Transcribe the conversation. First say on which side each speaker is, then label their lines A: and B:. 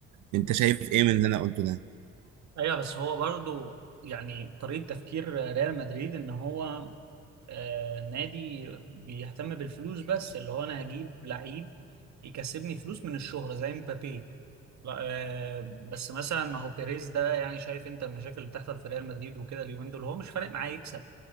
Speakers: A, on the right; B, on the right.
A: انت شايف ايه من اللي انا قلته ده
B: ايوه بس هو برضو يعني طريقة تفكير ريال مدريد ان هو آه، نادي بيهتم بالفلوس بس اللي هو انا هجيب لعيب يكسبني فلوس من الشهرة زي مبابي لا آه، بس مثلا ما هو بيريز ده يعني شايف انت المشاكل اللي بتحصل في ريال مدريد وكده اليومين دول هو مش فارق معاه يكسب